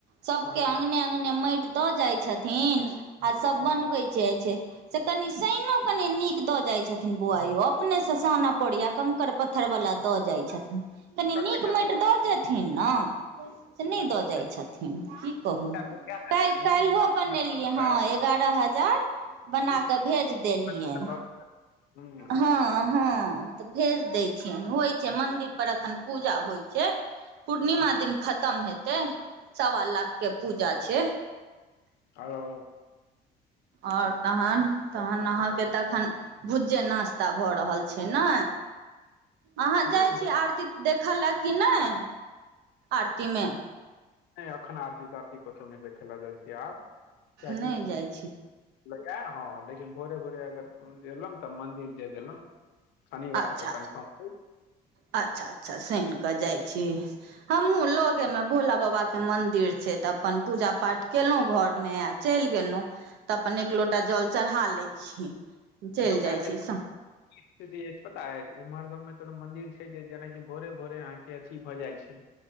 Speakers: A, on the right; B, on the left.
A: सभके
B: हँ
A: अङंगगने अङंगगने माटि दऽ जाइत छथिन छथिन आ सब बनबैत छै से कनि शइनो कनि नीक दऽ जाइ छथिन बोआल कयो अपने से साना पोड़िया कंकड़ पत्थर वालला दऽ जाइ छथिन कनी नीक
B: एकटा
A: माटि
B: बुढ़िया
A: दऽ जेथिन ने से
B: दाइ
A: नहि दऽ जाइत
B: एकटा
A: छथिन की कहू
B: एकटा बुढ़िया दाइ
A: त
B: छथिन
A: चाल
B: हुनका
A: हो
B: लग
A: बनेलियै
B: दऽ देबै
A: हँ एगारह हजार बना
B: से
A: कऽ भेज
B: फिल्म
A: देलियनि
B: बना कऽ दऽ हम्म
A: हँ हँ तऽ भेज दै छियनि होइ छै मन्दिर पर एखन पूजा होइ छै पूर्णिमा
B: हम्म,
A: दिन खतम हेतै सवा लाखके पूजा छै
B: आरो
A: आओर तहन तहन अहाँ के तऽ एखन भुज्जे नास्ता भऽ रहल छै ने अहाँ
B: ह
A: जाइ छी आरती देखय लए कि नहि आरतीमे
B: नहि एखन आर्तीिक आर्तीिक कचौ नहि खेला जाइ छै ध्यान क्य
A: नहि
B: की
A: जाइ छी
B: भैया हँ लेकिन भोरे भोरे अगर एलहुं तऽ मंन्दिर जे गेलहु शनिवारके
A: अच्छा
B: कन्फर्म हो
A: अच्छा अच्छा सइन कऽ जाई छी हमहुँ लगे में भोला बाबा बाबा के मंदिर छै तऽ अपन पूजा पाठ केलउ घर मे आ चलि गेलों तऽ अपन एकलो लोटा जल चढ़ा लै छी चलि
B: <unintelligible> मंन्दिर
A: जाइ छी स
B: छै जे जेनाकि भोरे भोरे अहाँके अथी भऽ जाइ छै